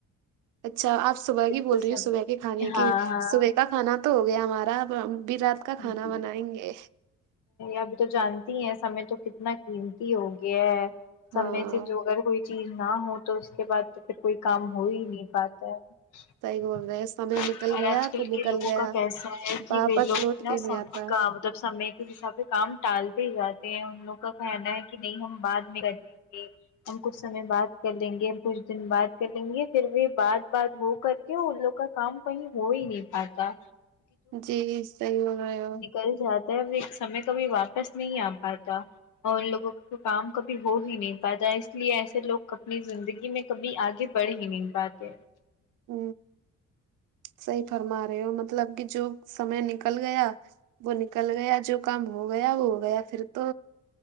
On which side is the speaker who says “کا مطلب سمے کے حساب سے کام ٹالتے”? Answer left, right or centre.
Left